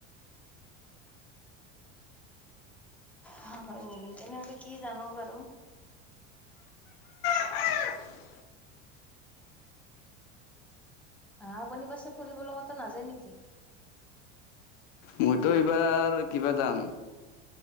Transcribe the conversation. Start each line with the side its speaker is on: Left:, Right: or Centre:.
Centre: হয় নেকি তেনেহলে কি জানো বাৰু?
Left: উ।
Centre: আপুনি বাছে ফুৰিব কতো নাযায় নেকি?
Left: মইতো এইবাৰ কিবা যাম